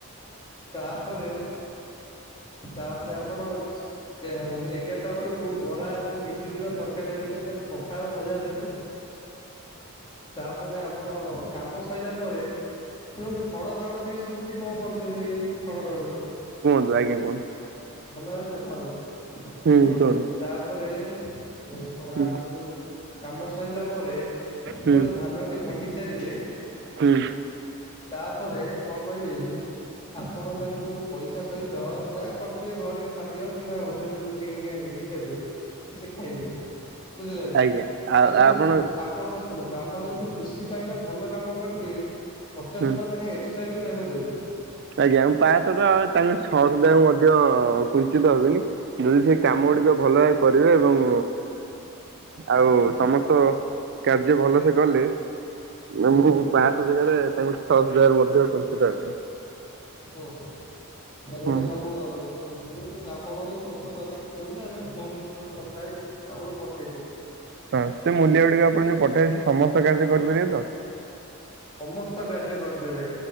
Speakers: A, on the left (about 25°); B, on the right (about 50°).
A: ତାପରେ ତାପରେ ଆପଣ ଏଗାରଟା ବେଳକୁ ବରା ଏବଂ ଇଟିଲି ବା ତରକାରୀ ଦେବେ। ନହେଲେ ପଖାଳ, ଭଜା ଦେବେ। ତାପରେ ଆମର କାମ ସରିଲା ପରେ ଶୁଣନ୍ତୁ ଖଡ଼ ଧଡ଼ ଟିକେ ଶୁବୁଚି କଣ କରୁଚନ୍ତି ଏମିତି ଖଡ଼ ଧଡ଼ ଶୁବୁଚି।
B: ତୁ ଆଗେ କଉନୁ?
A: ଭଲଭାବରେ କଥା କୁହନ୍ତୁ
B: ହୁଁ
A: ଶୁଣନ୍ତୁ
B: କୁହନ୍ତୁ
A: ତାପରେ <unintelligible> ରା
B: ହୁଁ
A: ଯୋଉ କାମ ସଇଲା ପରେ ଯେତେବେଳେ
B: ହୁଁ।
A: ଧାନଟି ଭାଙ୍ଗି ସାରିବେ
B: ହୁଁ।
A: ତାପରେ କଣ କରିବେକି ଆପଣ ତାଙ୍କୁ ପଇସା ସହିତ ଯାହା କରଥିବେ ଘରେ ଖାଦ୍ୟ କିମ୍ବା ହୋଟେଲରୁ କିଣିକି ଆଣିକି ଦେବେ। ସେ ଖାଇବେ ବୁଝିଲେନା
B: ଆଜ୍ଞା
A: ଆଉ ଯଦି
B: ଆପଣ
A: ଆ ଆପଣ ଶୁଣନ୍ତୁ ଆପଣ ଯଦି ଖୁସି ପାଇଲା ଭଲ କାମ କରିଥିବେ ପଚାଶେ
B: ହୁଁ।
A: ଟଙ୍କା ଲେଖାଏଁ ଏକ୍ସଟ୍ରାବି ତାଙ୍କୁ ଦେବେ।
B: ଆଜ୍ଞା ମୁ ପାଞ୍ଚଶହ ଟଙ୍କା ତାଙ୍କ ଛଅଶହ ଟା ମଧ୍ୟ କୁନ୍ତିତ ହେବିନି। ଯଦି ସେକାମ ଗୁଡ଼ିକ ଭଲ ଭାବେ କରିବେ ଏବଂ ଆଉ ସମସ୍ତ ତ କାର୍ଯ୍ୟ ଭଲସେ କଲେ ନା
A: ହୁଁ।
B: ମୁଁ ପାଞ୍ଚଶହ ଜେଗାରେ ତାଙ୍କୁ ଛଅଶ ଦେବାରେ ମଧ୍ୟ କୁନ୍ଥିତ ହେବିନି।
A: ଓହୋ। ତାହେଲେ
B: ହଁ
A: ଗୋଟେ କାମ କରନ୍ତୁ ମୁଁ ଆପଣଙ୍କୁ କହୁନ ଦରକାରେ କୁହନ୍ତୁ ଆମେ ଫୋନ୍ କରୁ କଥା ହେଇକି ଆପଣଙ୍କୁ ପଠେଇଦେବି।
B: ହଁ ସେ ମୂଲ୍ୟ ଗୁଡ଼ିକ ଆପଣ ଯୋଉ ପଠେଇବେ ସମସ୍ତ କାର୍ଯ୍ୟ କରିପାରିବେତ?
A: ସମସ୍ତ କାର୍ଯ୍ୟ କରିଦେବେ